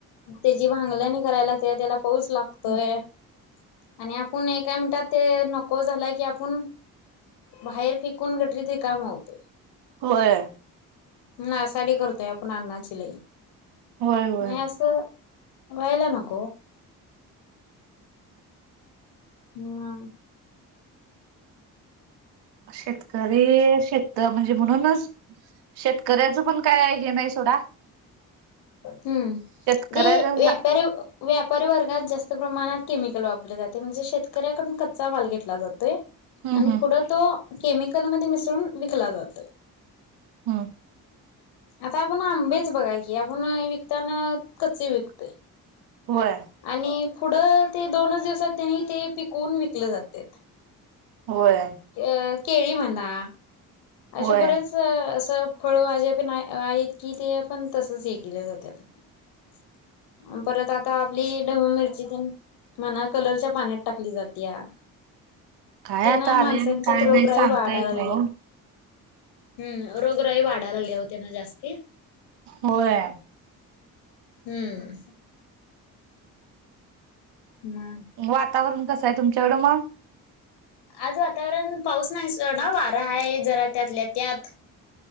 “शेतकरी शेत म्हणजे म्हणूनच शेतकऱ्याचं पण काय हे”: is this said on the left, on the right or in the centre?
Right